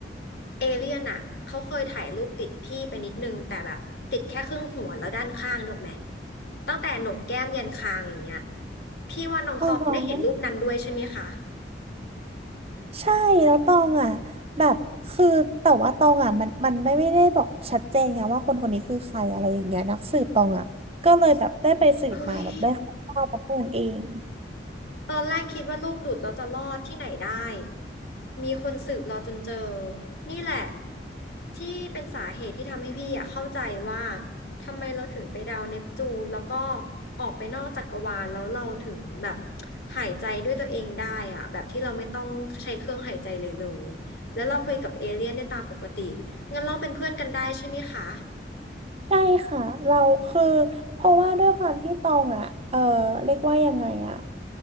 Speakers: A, on the left; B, on the right.
A: เอเลี่ยนอ่ะเขาเคยถ่ายรูปติดพี่ไปนิดนึงแต่แบบติดแค่ครึ่งหัวแล้วด้านข้างถูกไหมตั้งแต่โหนกแก้มยันคางอย่างเงี้ยพี่ว่าน้องตองได้เห็นรูปนั้นด้วยใช่ไหมคะ
B: อ๋อ ใช่แล้วตองอ่ะแบบคือแต่ว่าตองอ่ะมันมันไม่ไม่ได้บอกชัดเจนไงว่าคนคนนี้คือใครอะไรอย่างเงี้ยนักสืบตองอ่ะก็เลยแบบได้ไปสืบมาแบบได้คร่าวๆประเทศเอง
A: เฮ้ย ตอนแรกคิดว่ารูปหลุดแล้วจะรอดที่ไหนได้ มีคนสืบเราจนเจอ นี่แหละที่เป็นสาเหตุที่ทำให้พี่อะเข้าใจว่า ทำไมเราถึงไปดาวเนปจูนแล้วก็ออกไปนอกจักรวาลแล้วเราถึงแบบหายใจด้วยตัวเองได้อะแบบที่เราไม่ต้องใช้เครื่องหายใจเลยเลย แล้วเราคุยกับเอเลี่ยนได้ตามปกติ งั้นเราเป็นเพื่อนกันได้ใช่ไหมคะ
B: ใช่ค่ะเราคือเพราะว่าด้วยความที่ตองอ่ะเออเรียกว่ายังไงอ่ะ